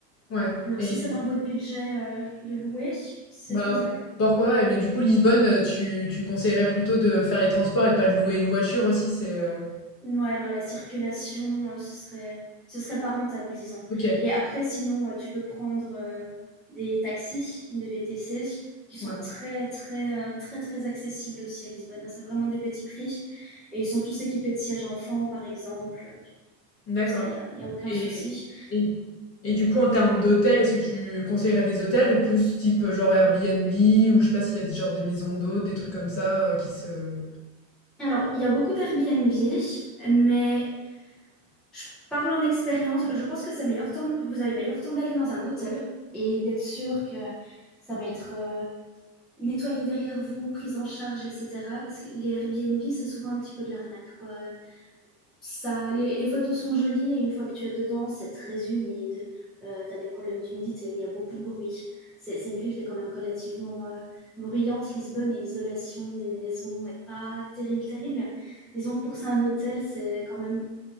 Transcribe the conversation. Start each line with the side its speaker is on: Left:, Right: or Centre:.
Left: Ouais
Centre: Donc,
Left: et
Centre: si c'est dans votre budget euh, de louer, c'est
Left: bah,
Centre: faisable.
Left: pourquoi? Et mais du coup, Lisbonne, heu, tu tu conseillerais plutôt de faire les transports et pas de louer une voiture aussi? C'est, heu
Centre: Ouais, non, la circulation, euh, ce serait, ce serait pas rentable, disons.
Left: OK,
Centre: Et après, sinon, euh, tu peux prendre euh, des taxis, des VTC, qui sont
Left: ouais,
Centre: très, très, euh, très, très accessibles aussi à Lisbonne. hein. C'est vraiment des petits prix. Et ils sont tous équipés de sièges enfants, par exemple.
Left: d'accord
Centre: Ça, il n'y a, y a aucun
Left: et
Centre: souci.
Left: et et du coup, en termes d'hôtels, est-ce que tu conseillerais des hôtels ou plus type, euh, genre, Airbnb ou je sais pas s'il y a des genre des maisons d'hôtes, des trucs comme ça, heu, qui se
Centre: Alors, il y a beaucoup d'Airbnb, mais je parle en expérience. Je pense que c'est meilleur temps, vous avez meilleur temps d'aller dans un hôtel et d'être sûr que ça va être euh, nettoyé derrière vous, prise en charge, etc. Parce que les Airbnb, c'est souvent un petit peu de l'arnaque, quoi. Ça, les, les photos sont jolies et une fois que tu es dedans, c'est très humide. Euh, tu as des problèmes d'humidité où il y a beaucoup de bruit. C'est, c'est une ville qui est quand même relativement euh, bruyante, Lisbonne, et l'isolation des maisons est pas terrible, terrible. Disons que pour ça, un hôtel, c'est quand même